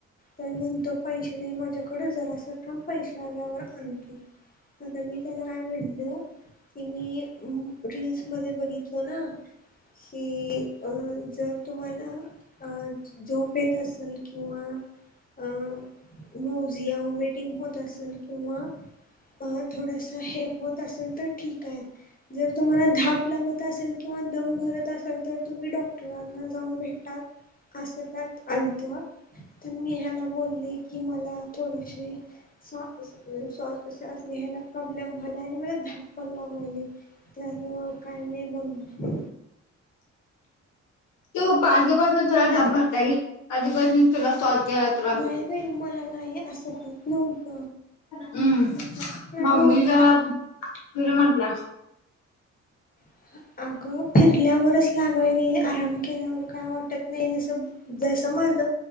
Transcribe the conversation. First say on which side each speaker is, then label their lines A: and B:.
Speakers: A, on the left; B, on the left.
A: तर म्हणतो पैसे नाही माझ्याकडे जरास थांब पैसे आल्यावर आणतो. आता मी त्याला काय म्हटलं की मी... रीलल्स मध्ये बघितलो ना, कि अं जर तुम्हाला अ झोप येत असेल किंवा - अं मोझिया वोमेटिंग होत असेल किंवा अं थोडस हे होत असेल तर ठीक आहे जर तुम्हाला धाप लागत असेल किंवा दम भरत असेल तर तुम्ही डॉक्टरांना जाऊन भेटा अस त्यात आणतो तर मी ह्याला बोलले की मला थोडशी स वास श्वासोच्छ्वास घ्यायला प्रॉब्लेम व्हायला आणि मला धाप पण लागयले त्यामुळ काय नाही बगणार
B: तू पाच दिवसूनच तुला धाप भरत्या घे अदिपासनच तुला <unintelligible>
A: नाही
B: होते.
A: बाई मला नाही असं होत नव -
B: हम्म मम्मी
A: होत
B: ज फिर म्हटल्या
A: <inaudible> अगं फिरल्यावरच लागयली आराम केल्यावर काय वाटत नाही जसं जसं माज